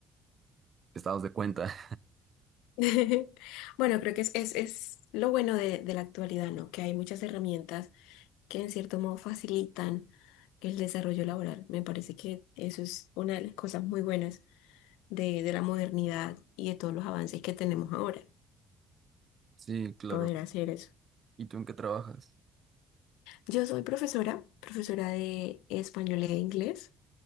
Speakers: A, on the right; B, on the left.
A: estados de cuenta.
B: <laughs> Bueno, creo que es, es, es lo bueno de, de la actualidad, ¿no? Que hay muchas herramientas que en cierto modo facilitan el desarrollo laboral. Me parece que eso es una de las cosas muy buenas de, de la modernidad y de todos los avances que tenemos ahora,
A: Sí, claro.
B: poder hacer eso.
A: ¿Y tú en qué trabajas?
B: Yo soy profesora, profesora de español e inglés.